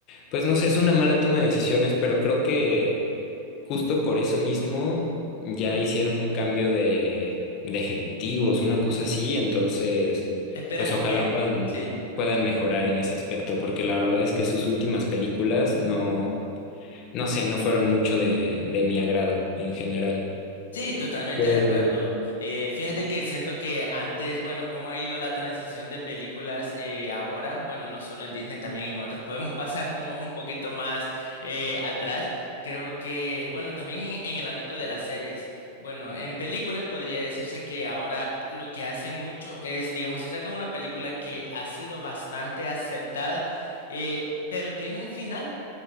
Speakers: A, on the left; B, on the left.
A: pues no sé, es una mala toma de decisiones, pero creo que Justo por eso mismo ya hicieron un cambio de, de ejecutivos, una cosa así, entonces,
B: Esperemos
A: pues ojalá
B: que,
A: puedan,
B: sí.
A: puedan mejorar en ese aspecto, porque la verdad es que sus últimas películas no, no sé, no fueron mucho de, de mi agrado en general.
B: Sí, totalmente
A: Pero
B: de acuerdo. Eh, fíjate que siento que antes, bueno, cómo ha ido la transición de películas eh, ahora, bueno, no solo en Disney, también en otras, podemos <laughs> pasarnos un poquito más eh, atrás. Creo que, bueno, también en, en el ámbito de las series, bueno, en películas podría decirse que ahora lo que hacen mucho es, digamos, si sacan una película que ha sido bastante aceptada, eh, pero tiene un final